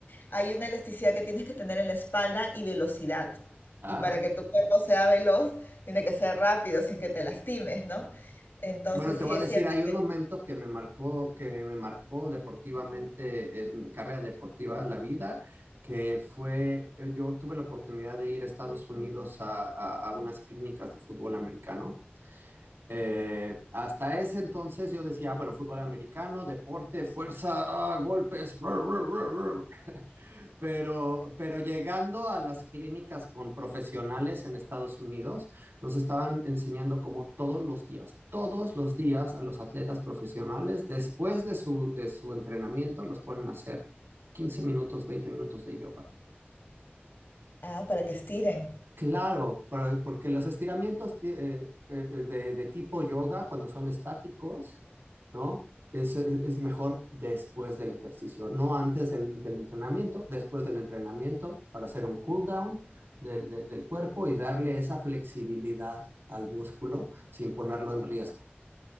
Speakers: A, on the left; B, on the right.
A: hay una elasticidad que tienes que tener en la espalda y velocidad.
B: claro.
A: Y para que tu cuerpo sea veloz, tiene que ser rápido sin que te lastimes, ¿no? Entonces
B: Bueno, te
A: sí
B: voy
A: es
B: a decir,
A: cierto
B: hay un
A: que...
B: momento que me marcó, que me marcó deportivamente en mi carrera deportiva, la vida, que fue, eh, yo tuve la oportunidad de ir a Estados Unidos a, a- a unas clínicas de fútbol americano. Eh, hasta ese entonces yo decía, ah, bueno, fútbol americano, deporte, fuerza, ah, golpes, <laughs> pero, pero llegando a las clínicas con profesionales en Estados Unidos, nos estaban enseñando como todos los días, todos los días a los atletas profesionales, después de su, de su entrenamiento, los ponen a hacer 15 minutos, 20 minutos de yoga.
A: Ah, para que estiren.
B: Claro, pero- porque los estiramientos ti- eh, eh, eh, de, de tipo yoga, cuando son estáticos, ¿no? Es, es- es mejor después del ejercicio, no antes del, del entrenamiento, después del entrenamiento para hacer un cool down del, de- del cuerpo y darle esa flexibilidad al músculo sin ponerlo en riesgo.